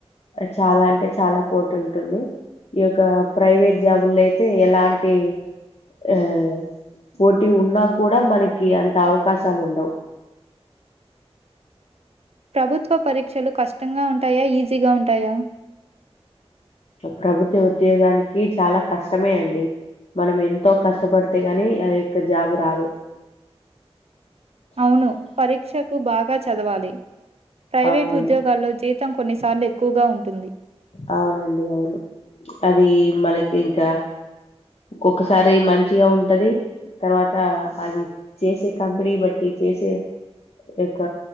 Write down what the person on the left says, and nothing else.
చాలా అంటే చాలా పోటీ ఉంటుంది ఈ యొక్క ప్రైవేట్ జాబుల్లో అయితే ఎలాంటి ఆ పోటీ ఉన్నా కూడా మనకి అంత అవకాశాలు ఉండవు
ప్రభుత్వ ఉద్యోగానికి చాలా కష్టమే అండి మనం ఎంతో కష్టపడితే గాని ఆ యొక్క జాబ్ు రాదు
అవునండి
అవునండి అవును అది మనకి ఇంకా ఒొక్కసారి మంచిగా ఉంటది తర్వాత అది చేసే కంపెనీ బట్టి చేసే యొక్క